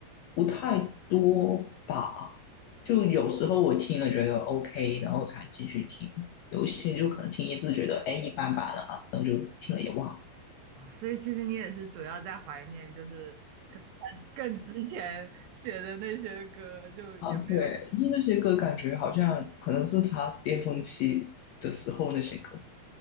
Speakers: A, on the left; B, on the right.
A: 不太多吧。就有时候我听了觉得 OK，然后才继续听；有一些就可能听一次觉得哎一般般的啊，然后就听了也忘了
B: 啊，所以其实你也是主要在怀念，就是更之前写的那些歌，就也没有。
A: 啊，对，就那些歌感觉好像可能是他巅峰期的时候那些歌。